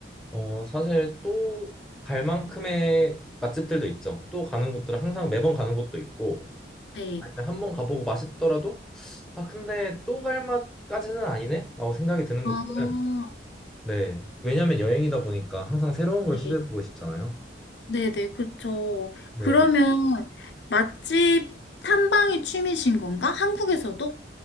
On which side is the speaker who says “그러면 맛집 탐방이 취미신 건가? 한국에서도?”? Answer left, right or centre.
Left